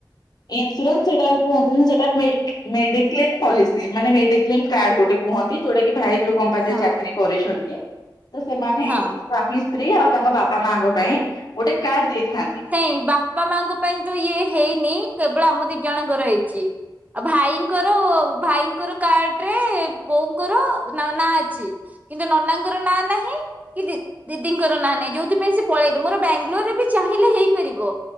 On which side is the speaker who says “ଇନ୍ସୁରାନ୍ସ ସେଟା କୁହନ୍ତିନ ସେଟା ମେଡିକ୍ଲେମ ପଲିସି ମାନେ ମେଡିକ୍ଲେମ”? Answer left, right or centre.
Left